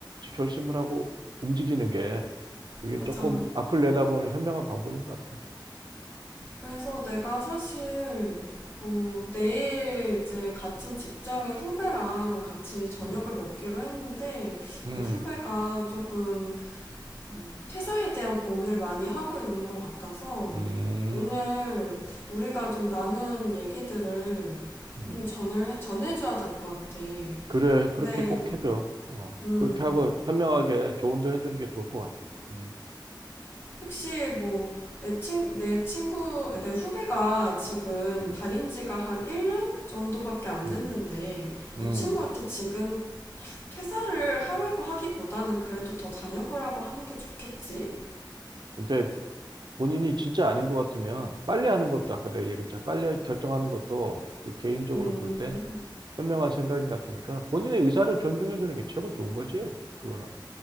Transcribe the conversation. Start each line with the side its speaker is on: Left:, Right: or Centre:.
Right: 결심을 하고 움직이는 게 그게
Left: 맞아.
Right: 조금 앞을 내다보는 현명한 방법인 것 같아.
Left: 그래서 내가 사실 어, 내일 이제 같은 직장의 후배랑 같이 저녁을
Right: 음,
Left: 먹기로 했는데
Right: 음,
Left: 이 후배가 조금 어, 퇴사에 대한 고민을 많이 하고 있는 것 같아서
Right: 음,
Left: 오늘 우리가 좀 나눈 얘기들을
Right: 음.
Left: 좀 전을 전해줘야 될 것 같아.
Right: 그래, 그렇게
Left: 근데
Right: 꼭 해줘. 어,
Left: 음,
Right: 그렇게 하고 현명하게 조언도 해주는 게 좋을 것 같아. 음,
Left: 혹시 뭐 내 친, 내 친구, 내 후배가 지금
Right: 음,
Left: 다닌 지가 한 1년 정도밖에 안 됐는데
Right: 음,
Left: 이
Right: 음.
Left: 친구한테 지금 퇴사를 하라고 하기보다는 그래도 더 다녀보라고 하는 게 좋겠지?
Right: 근데 본인이 진짜 아닌 것 같으면 빨리 하는 것도 아까 내가 얘기했잖아. 빨리 결정하는 것도 또 개인적으로
Left: 음,
Right: 볼 때 현명한 생각인 것 같으니까 본인의 의사를 존중해 주는 게 최고 좋은 거지. 그거는.